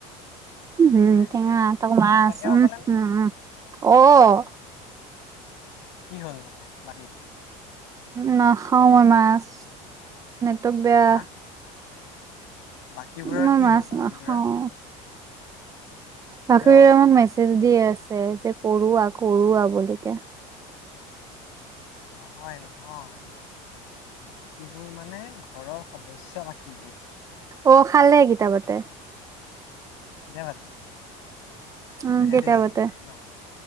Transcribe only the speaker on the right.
উ ', উম।।
ঙা ত
আছো
উ ',
উম।। অ',
নাখাও মই মাছ। তোক বেয়া।
মই
মাছ
নাখাওঁ।
বখৰিমাক মেছেজ দি আছে। যে কৰোৱা কৰোৱাা বুলি কে।
অ খালে কিতা বাতে।
উম কিতাপতে